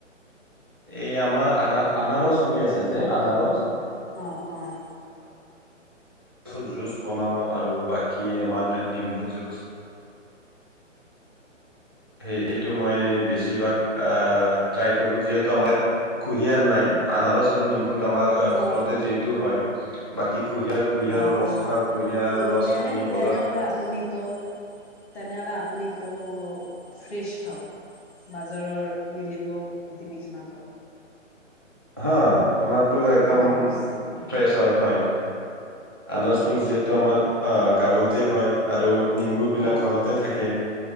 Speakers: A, on the right; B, on the left.
A: এই আমাৰ আ আনাৰস বুলি আছে যে আনাৰস।
B: অ হয়।
A: আাৰ জু বনাও আৰু বাকী আমাৰ নিম্বু যুচ এইটো মই বেছিভাগ আহ ট্ৰাই কৰো যিহেতু আমাৰ ইাত কুঁহিয়াৰ নাই আনাৰস আৰু নিম্বুত আমাৰ
B: অ
A: ঘৰতে যিহেতু হয় বাকী কুঁহিয়াৰ কুঁহিয়াৰৰ
B: অ
A: ৰস
B: অ
A: খাওঁ কুঁহিয়াৰ
B: অ
A: ৰস
B: তেনে
A: আমি বজাৰত
B: তেনেহলে আপুনিতো তেনেহলে আপুনি তো ফ্ৰেছ খাওঁ বাজাৰৰ মিলিব জিনিছ নাখাওঁ।
A: হা আমাৰতো একদম
B: আনাৰস
A: ফ্ৰেছ হয় হয়। আনাজটো
B: ফ্ৰেছ
A: যিহেতু
B: হয় আপোনাৰ
A: আমাৰ অ গাঁৱত <unintelligible> হয় আৰু। নিম্বু বিলাক
B: অ',
A: ঘৰতে থাকে ।